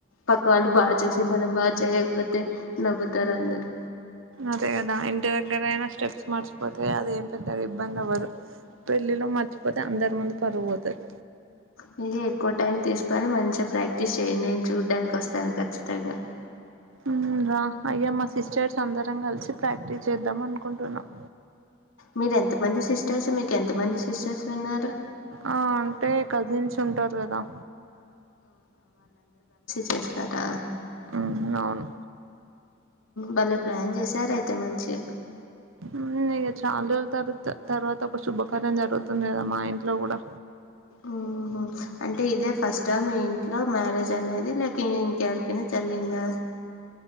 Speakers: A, on the left; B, on the right.
A: పక్క వాళ్ళు బాగ చేసి మనం బాగ చేయకపోతే నవ్వుతారు అందరు
B: అదే గదా ఇంటి దగ్గరయినా స్టెప్స్ మర్చిపోతే అది ఏం పెద్ద ఇబ్బంది అవ్వదు పెళ్ళిలో మర్చిపోతే అందరి ముందు పరువుఓతుంది
A: మీర ఎక్కువ టైం తీసుకొని మంచిగా ప్రాక్టీస్ చేయండి నేను చూడ్డానికి ఓస్తాను ఖచ్చితంగ
B: ఊ రా అయ్యా మా సిస్టర్స్ అందరం కలిసి ప్రాక్టీస్ చేద్దాం అనుకుంటున్నాం
A: మీరు ఎంత మంది సిస్టర్స్ మీకు ఎంత మంది సిస్టర్స్ ఉన్నారు
B: ఆ అంటే కజిన్స్ ఉంటరు <unintelligible>
A: చెస్తారా
B: ఉఅవును
A: బలే ప్లాన్ చేశారు అయితే మంచిగ
B: ఊ ఇగ చాలా రోజులు తరువాత తర్వాత ఒక శుభకార్యం జరుగుతుంది గదా మా ఇంట్ల నుకూడా
A: ఉహ అంటే ఇదే ఫస్ట్ ట మీ ఇంట్లో మ్యారేజ్ ది లేక కరె కనా జరిగిందా